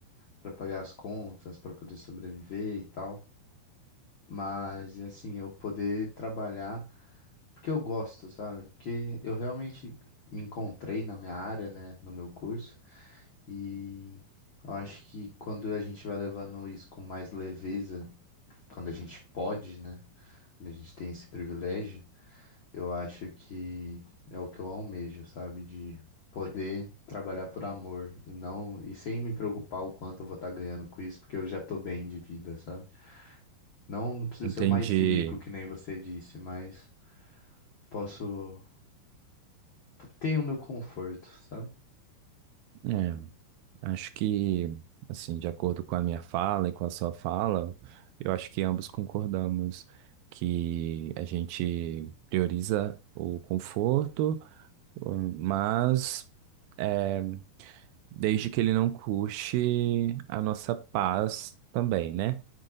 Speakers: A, on the left (about 70°); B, on the right (about 80°).
A: para pagar as contas, para poder sobreviver e tal. Mas assim, eu poder trabalhar porque eu gosto, sabe? Porque eu realmente me encontrei na minha área, né, no meu curso e eu acho que quando a gente vai levando isso com mais leveza, quando a gente pode, né, quando a gente tem esse privilégio, Eu acho que é o que eu almejo, sabe? De poder trabalhar por amor e não e sem me preocupar o quanto eu vou estar ganhando com isso, porque eu já tô bem de vida, sabe? Não, não preciso
B: Entendi.
A: ser o mais rico que nem você disse, mas posso tenho o meu conforto, sabe?
B: É, Acho que, assim, de acordo com a minha fala e com a sua fala, eu acho que ambos concordamos que a gente prioriza o conforto, hum, mas é, desde que ele não custe a nossa paz também, né?